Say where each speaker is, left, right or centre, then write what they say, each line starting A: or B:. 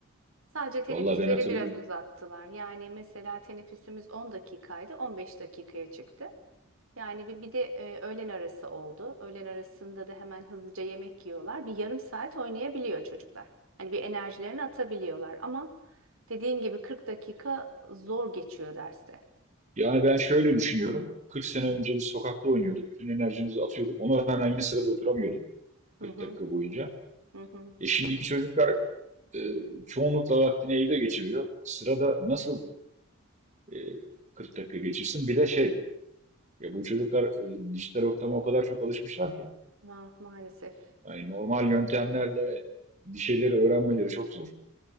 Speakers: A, on the right (about 70°); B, on the right (about 35°).
A: Sadece teneffüsleri
B: Vallahi ben hatırlıyorum.
A: biraz uzattılar. Yani mesela teneffüsümüz 10 dakikaydı, 15 dakikaya çıktı. Yani bir, bir de e, öğlen arası oldu. Öğlen arasında da hemen hızlıca yemek yiyorlar. Bir yarım saat oynayabiliyor çocuklar. Hani bir enerjilerini atabiliyorlar ama dediğin gibi 40 dakika zor geçiyor derste.
B: Yani ben şöyle düşünüyorum. 40 sene önce biz sokakta oynuyorduk. Bütün enerjimizi atıyorduk. Ona rağmen yine sırada oturamıyorduk 40
A: Hı hı,
B: dakika boyunca.
A: hı hı.
B: E şimdiki çocuklar e, çoğunlukla vaktini evde geçiriyor. Sırada nasıl e, 40 dakika geçirsin? Bir de şey, ya bu çocuklar e, dijital ortama o kadar çok alışmışlar ki.
A: Ma- maalesef.
B: Yani normal yöntemlerle bir şeyleri öğrenmeleri çok zor.